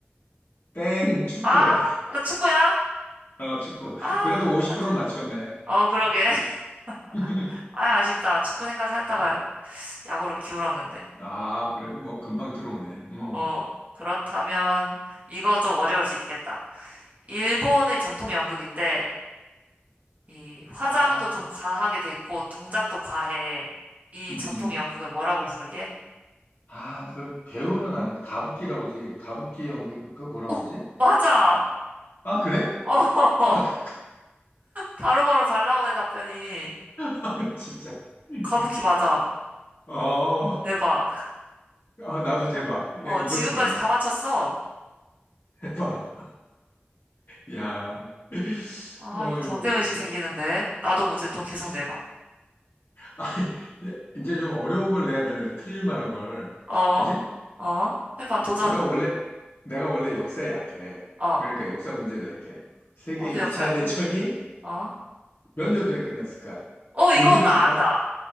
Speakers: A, on the left; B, on the right.
A: 땡, 축구래.
B: 아, 나 축구야?
A: <laughs> 어, 축구.
B: 아,
A: 그래도 50%는
B: 나 틀렸네.
A: 맞췄네.
B: 어, 그러게.
A: 어, 50.
B: <laughs>
A: <laughs>
B: 아, 아쉽다. 축구 생각했다가
A: 어.
B: 야구로 기울었는데.
A: 아, 그래도 뭐, 금방 들어오네. 음.
B: 어, 그렇다면, 이거 좀 어려울 수 있겠다. 일본의 전통 연극인데, 이 화장도
A: 아,
B: 좀 과하게 돼 있고, 동작도 과해. 이
A: 음,
B: 전통
A: 음.
B: 연극을 뭐라고 부르게?
A: 아, 그, 배우는 아는데, 가부키라고지. 가부키 연극, 그 뭐라 그러지?
B: 어, 맞아!
A: 아, 그래?
B: <laughs> 어,
A: 아, 그,
B: 바로바로 잘 나오네, 답변이.
A: <laughs> 진짜. <laughs> 이거.
B: 가부키 맞아.
A: 어,
B: 대박.
A: 아, 나도 대박.
B: 어,
A: 야, 이럴
B: 지금까지
A: 수가 있나?
B: 다 맞췄어?
A: 봐. 야, <laughs>
B: 아,
A: 어유,
B: 이 경쟁의식
A: 이거,
B: 생기는데. 나도 문제 또 계속
A: 이거 진-
B: 내봐.
A: 아, 이제 이제 좀 어려운 걸 내야 되는데 틀릴 만한 걸,
B: 어,
A: 그지?
B: 어, 해봐, 도전.
A: 내가 원래 내가 원래 역사에 약해.
B: 어,
A: 그러니까 역사 문제를 낼게. 세계
B: 나도
A: 2차
B: 역사 약한
A: 대전이
B: 거. 어,
A: 몇 년도에 끝났을까?
B: 어, 이거
A: 보기를
B: 나
A: 줄까?
B: 안다.